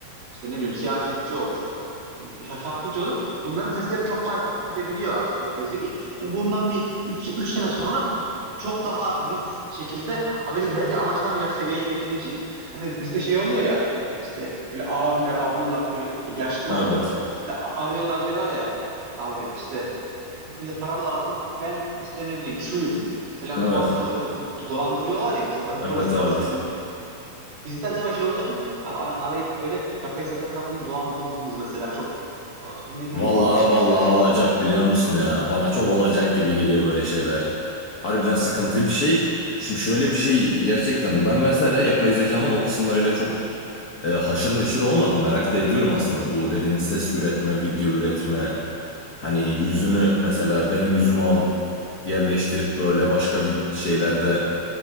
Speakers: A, on the right; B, on the left.
A: işte ne bileyim siyasetçi olur, ya şarkıcı olur. Bunların seslerini çok kolay taklit edebiliyor artık yapay zeka. E, bundan bir üç üç sene sonra çok daha net şekilde a, belki belki anlaşılamayacak seviyeye getirilecek. Hani bizde şey oluyor ya işte böyle abiler, ablalar, böyle yaşlılar
B: Evet.
A: işte a- arıyorlar diyorlar ya abi işte bize para lazım. Ben işte ne bileyim şuyum falan
B: Evet.
A: muhabbet oluyor. Do- do- dolandırıyorlar ya işte ben
B: Evet.
A: polisim,
B: Evet.
A: askerim. Bizde acaba şey olacak mı? Abi ar- arayıp böyle yapay zeka tarafından dolandırıldığımız mesela çok a- ne bileyim
B: Vallahi
A: bazı kişiler.
B: vallahi olacak biliyor musun ya? Bana çok olacak gibi geliyor böyle şeyler. Harbiden sıkıntı bir şey. Şimdi şöyle bir şey gerçekten ben mesela yapay zekanın o kısımlarıyla çok e, haşır neşir olmadım. Merak da ediyorum aslında bu dediğin ses üretme, video üretme. Hani yüzünü mesela benim yüzümü alıp yerleştirip böyle başka vi- şeylerde